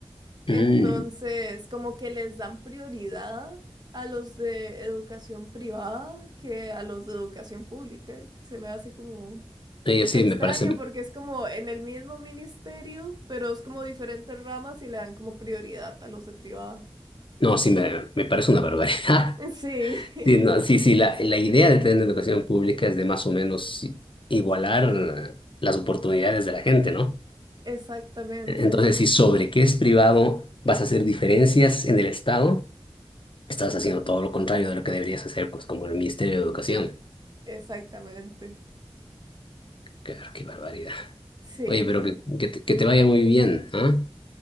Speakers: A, on the right; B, on the left.
A: Entonces,
B: Mm.
A: como que les dan prioridad a los de educación privada que a los de educación pública. Se me hace como
B: Y así
A: extraño
B: me parece,
A: porque es como en el mismo ministerio, pero es como diferentes ramas y le dan como prioridad a los de privada.
B: no, sí me, me parece una barbaridad. <laughs>
A: Sí,
B: Sí, no, sí, sí, la, la idea de tener educación pública es de más o menos i- igualar las oportunidades de la gente, ¿no?
A: <laughs> exactamente,
B: Entonces, si sobre qué es privado vas a hacer diferencias en el Estado, estás haciendo todo lo contrario de lo que deberías hacer, pues como el Ministerio de Educación.
A: exactamente.
B: Claro, qué barbaridad.
A: Sí,
B: Oye, pero que, que, te, que te vaya muy bien, ¿ah?